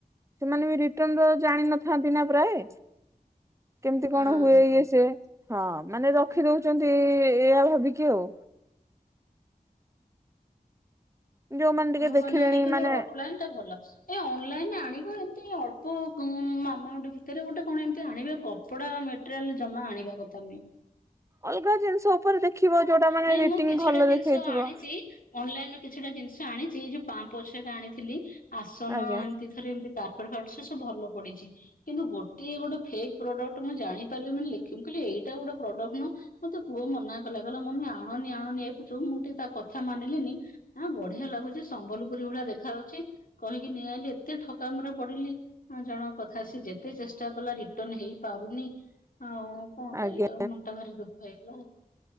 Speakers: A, on the right; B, on the left.
A: ସେମାନେ ବି ରିତର୍ଣ୍ଣର ଜାଣିିନଥାନ୍ତି ନା ପ୍ରାୟ କେମିତି କଣ
B: ହଁ
A: ହୁଏ ଇଏ ସି ହଁ ମାନେ ରଖି ଦଉଛନ୍ତି ଏଇଆ ଭାବିକି ଆଉ ଯୋଉମାନେ ଟିକେ
B: ମୁଁ
A: ଦେଖିଲେଣି
B: ବନେଇନି କିନ୍ତୁ
A: ମାନେ
B: ଅଫଲାଇନ୍ ଟା ଭଲ ଏ ଅନଲାଇନରେ ଆଣିବା ଏମିତି ଅଳ୍ପ ମାମା ଗୋଟେ ଭିତରେ ଗୋଟେ କଣ ଏମତି ଆଣିବ କ କପଡା ମେଟେରିଆଲ ଜମା ଆଣିବା କଥା ନୁହେଁ
A: ଅଲଗା ଜିନିଷ ଉପରେ ଦେଖିବ ଯୋଉଟା ମାନେ
B: ନାଇଁ
A: ରେଟିଙ୍ଗ
B: ମୁଁ କିଛିଟା
A: ଭଲ
B: ଜିନିଷ
A: ଦେଖେଇଥିବ
B: ଆଣିଛି ଅନଲାଇନ ରୁ କିଛିଟା ଜିନିଷ ଆଣିଛି ଏଇ ଯୋଉ ପାମ୍ ପଛକ ଆଣିଥିଲି ଆସନ
A: ଆଜ୍ଞା
B: ଏମିତି ପାରେ ଏମିତି କାର୍ଟ ଫ ସେ ସବୁ ଭଲ ପଡିଛି କିନ୍ତୁ ଗୋଟିଏ ଗୋଟେ ଫେକ ପ୍ରଡକ୍ଟ ମୁଁ ଜାଣି ପାରିଲି ମାନେଖିବି କହିଲି ଏଇଟା ଗୋଟେ ପ୍ରଡକ୍ଟ ନୁହଁ ମତେ ପୁଅ ମନା କଲା। କହିଲା ମମି ଆଣନି ଆଣନି ଏ ଯୋଗୁଁ ମୁଁ ତା କଥା ମାନିଲିନି ଆ ବଢିଆ ଲାଗୁଛି ସମ୍ବଲପୁରୀ ଭଳିଆ ଦେଖା ଯାଉଛି କହିକି ନେଇଆଇଲି ଏତେ ଠକାମିରେ ପଡିଲି। ଜଣଙ୍କ କଥା ସେ ଯେତେ ଚେଷ୍ଟା କଲା ରିଟର୍ଣ ହେଇ ପାରୁନି ଆଉ କଣ
A: ଆଜ୍ଞା।
B: କରିବା ଆଉ ମନଟା ଭାରି ଦୁଃଖ ହେଇଗଲା।